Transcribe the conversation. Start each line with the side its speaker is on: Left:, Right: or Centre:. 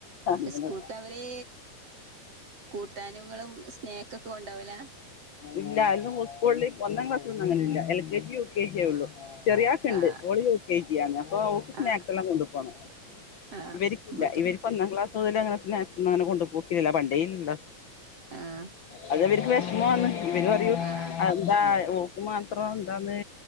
Left: അങ്ങനെ
Right: സ്കൂൾക്ക് അവരെ കൂട്ടാനുകളും സ്നേക്കൊക്കെ കൊണ്ടാവല.
Left: ഇല്ലാ, ഇന്ന് സ്കൂളിൽ ഒന്നാം ക്ലാസ്സിൽ ഒന്നും അങ്ങനെ ഇല്ല. L K G, U K ജിയേ ഉള്ളൂ. ചെറിയ ആക്ക് ഇണ്ട്.
Right: ആഹ്
Left: ഓൾ യുകെജി ആണ്. അപ്പോ ഓക്ക് സ്നാക്സ്
Right: ആഹ്
Left: എല്ലാം കൊണ്ടു പോണം.
Right: ആഹ്
Left: ഇവർക്കില്ല.
Right: ഇവിടുത്തെ
Left: ഇവർക്ക്
Right: കു
Left: ഒന്നാം ക്ലാസ് മുതൽ അങ്ങനെ സ്നാക്സ് ഒന്നും അങ്ങനെ കൊണ്ടുപോക്കില്ല. പണ്ടേഇല്ല.
Right: ആഹ്
Left: അതവർക്ക് വിഷമണ്. ഇവര് പറയും
Right: ആഹ്
Left: ആ എന്താ ഓക്ക് മാത്രം എന്താന്ന്